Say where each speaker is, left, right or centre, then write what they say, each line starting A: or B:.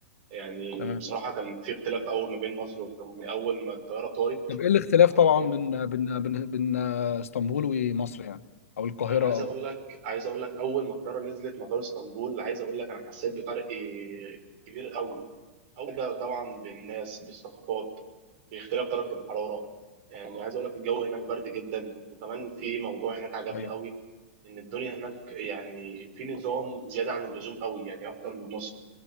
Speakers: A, on the right; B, on the left.
A: يعني
B: تمام
A: بصراحة كان في اختلاف قوي ما بين مصر واسطنبول يعني أول ما الطيارة طارت
B: طب ايه الاختلاف
A: حرفيا
B: طبعا بين بين بين بين اسطنبول ومصر يعني او القاهرة
A: يعني أنا عايز
B: او
A: أقول لك عايز أقول لك أول ما الطيارة نزلت مطار اسطنبول عايز أقول لك أنا حسيت بفرق كبير قوي أول حاجة طبعا بالناس بالثقافات باختلاف درجة الحرارة يعني عايز أقول لك الجو هناك برد جدا وكمان في موضوع هناك عجبني
B: ايوه
A: قوي إن الدنيا هناك يعني في نظام زيادة عن اللزوم قوي يعني أكتر من مصر